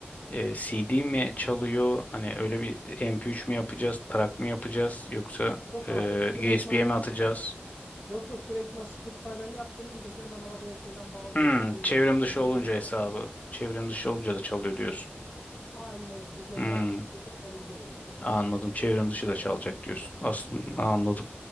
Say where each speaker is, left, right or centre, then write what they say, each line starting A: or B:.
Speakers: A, on the left (about 40°); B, on the left (about 75°).
A: e, CD mi çalıyor? Hani öyle bir mp üç mü yapacağız, track mı yapacağız yoksa
B: Yok
A: e,
B: abi, direkt
A: USB'ye
B: Ee, ben
A: mi atacağız?
B: yok yok direkt ben Spotify'dan yapacağım, indireceğim. Ben arabaya şeyden bağlıyorum,
A: Hmm,
B: uygulama
A: çevrim
B: üzerinden
A: dışı olunca
B: direkt
A: hesabı,
B: orada.
A: çevrim dışı olunca da çalıyor diyorsun.
B: Aynen öyle. Biz yeter
A: Hmm,
B: ki liste yapalım, ben indiririm onu.
A: anladım. Çevrim dışı da çalacak diyorsun. Aslında anladım.